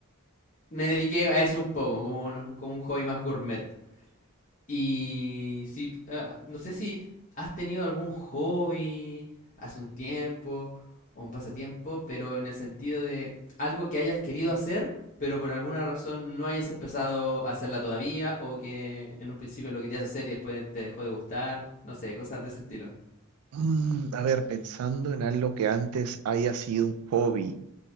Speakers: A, on the left; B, on the right.
A: me dediqué a eso un poco, como un, como un hobby más gourmet. Y si, ah, no sé si has tenido algún hobby hace un tiempo o un pasatiempo, pero en el sentido de algo que hayas querido hacer, pero por alguna razón no hayas empezado a hacerla todavía o que en un principio lo querías hacer y después te dejó de gustar, no sé, cosas de ese estilo.
B: Mm, a ver, pensando en algo que antes haya sido un hobby